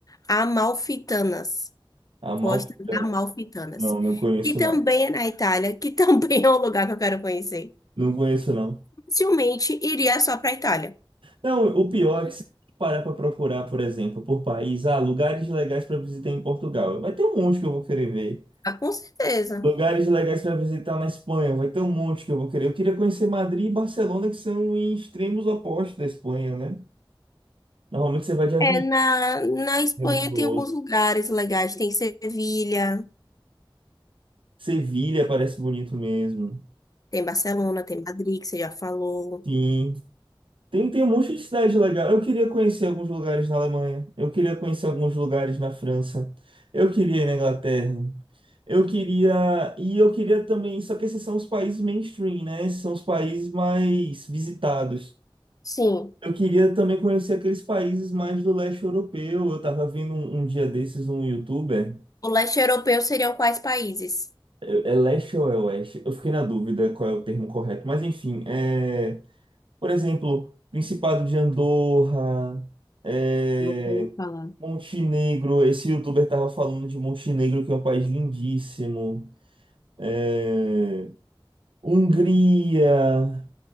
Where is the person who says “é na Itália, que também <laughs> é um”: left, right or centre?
Left